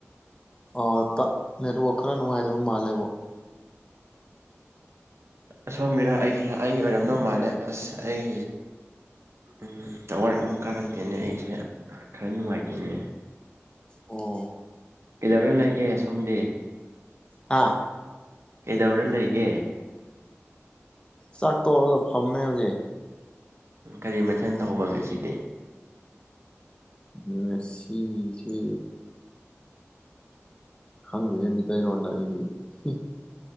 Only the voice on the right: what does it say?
ꯑꯁꯣꯝꯒꯤꯔ ꯑꯩꯒꯤꯔ ꯑꯩꯒꯤ ꯑꯣꯏꯔꯝꯗꯧ ꯃꯥꯜꯂꯦ ꯑꯁ ꯑꯩ ꯎꯝ ꯇꯋꯥꯔ ꯑꯃ ꯀꯥꯔꯛꯇꯦꯅꯦ ꯑꯩꯁꯦ ꯈꯔ ꯅꯨꯡꯉꯥꯏꯇꯦꯅꯦ
ꯀꯩꯗꯧꯔ ꯂꯩꯒꯦ ꯁꯣꯝꯗꯤ
ꯀꯩꯗꯧꯔ ꯂꯩꯒꯦ
ꯀꯔꯤ ꯃꯊꯦꯜ ꯇꯧꯕ ꯉꯁꯤꯗꯤ